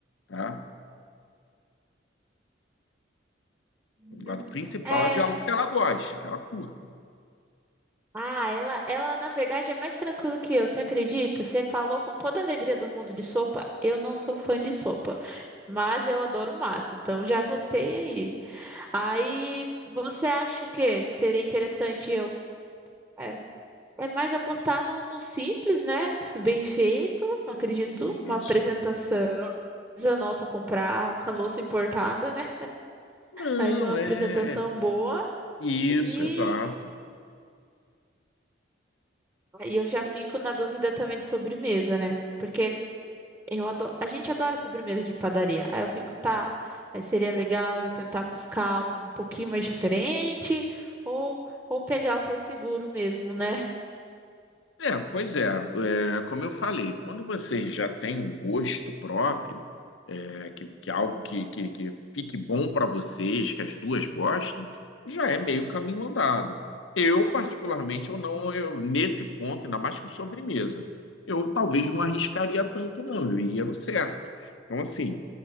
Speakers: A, on the left (about 80°); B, on the right (about 15°).
A: tá?
B: Uhum.
A: O lado principal
B: É,
A: é ver algo que ela goste, que ela curta.
B: Ah, ela, ela na verdade é mais tranquila que eu, você acredita? Você falou com toda a alegria do mundo de sopa. Eu não sou fã de sopa, mas eu adoro massa, então já gostei aí. Aí você acha o quê? Que seria interessante eu. É, é mais apostar no, no simples, né? que se- Bem feito, acredito.
A: Isso.
B: Uma apresentação. Precisa Nossa, comprar <laughs> a louça importada, né?
A: Não,
B: Mas uma apresentação
A: é.
B: boa.
A: Isso,
B: E,
A: exato.
B: e eu já fico na dúvida também de sobremesa, né? Porque Eu adoro, a gente adora sobremesa de padaria. Aí eu fico, tá, aí seria legal eu tentar buscar algo um pouquinho mais diferente ou, ou pegar o que é seguro mesmo, né?
A: É, pois é, é, como eu falei, quando você já tem um gosto próprio, é, que, que é algo que, que, que fique bom para vocês, que as duas gostem, já é meio caminho andado. Eu, particularmente, eu não, eu, nesse ponto, ainda mais com sobremesa, eu talvez não arriscaria tanto, não, eu iria no certo. Então, assim,